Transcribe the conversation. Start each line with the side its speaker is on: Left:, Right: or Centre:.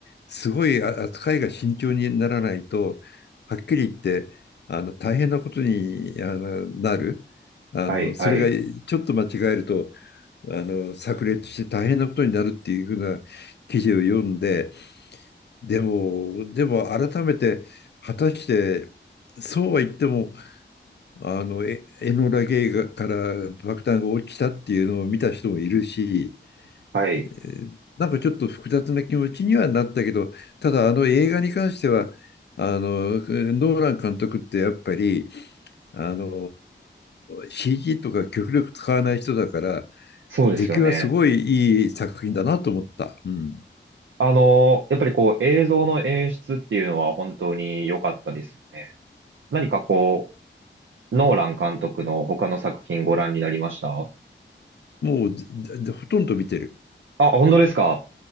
Left: すごいあ扱いが慎重にならないとはっきり言ってあの大変なことにあのなるあのそれがちょっと間違えると
Right: はい、はい、
Left: あの炸裂して大変なことになるっていうふうな記事を読んででもでも改めて果たしてそうは言ってもあの、え、エノラ・ゲイから爆弾が起きたっていうのを見た人もいるし、
Right: はい。
Left: えーなんかちょっと複雑な気持ちにはなったけど、ただあの映画に関しては、あの、ノーラン監督ってやっぱり、あの、CG とか極力使わない人だから、
Right: そうですよね。
Left: 出来はすごいいい作品だなと思った。うん。
Right: あの、やっぱりこう映像の演出っていうのは本当に良かったですよね。何かこう、ノーラン監督の他の作品ご覧になりました
Left: もう、ほとんど見てる。
Right: あ、本当ですか